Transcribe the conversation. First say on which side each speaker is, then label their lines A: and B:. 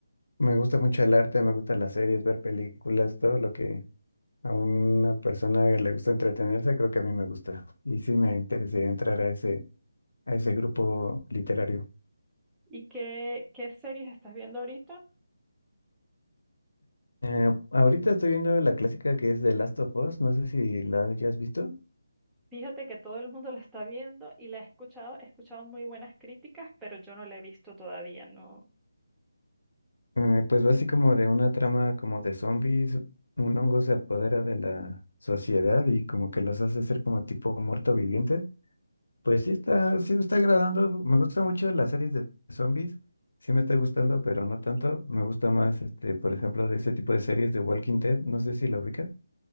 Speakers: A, on the left (about 75°); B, in the centre.
A: me gusta mucho el arte, me gustan las series, ver películas, todo lo que a una persona le gusta entretenerse, creo que a mí me gusta. Y sí me interesaría entrar a ese, a ese grupo literario.
B: ¿Y qué, qué series estás viendo ahorita?
A: Eh, ahorita estoy viendo la clásica que es The Last of Us, no sé si la hayas visto.
B: Fíjate que todo el mundo la está viendo y la he escuchado, he escuchado muy buenas críticas, pero yo no la he visto todavía, no.
A: Eh, pues va así como de una trama como de zombies, un hongo se apodera de la sociedad y como que los hace ser como tipo muerto viviente. Pues sí está, sí me está agradando, me gustan mucho las series de zombies, sí me está gustando, pero no tanto, me gusta más, este, por ejemplo, de ese tipo de series de Walking Dead, no sé si la ubicas.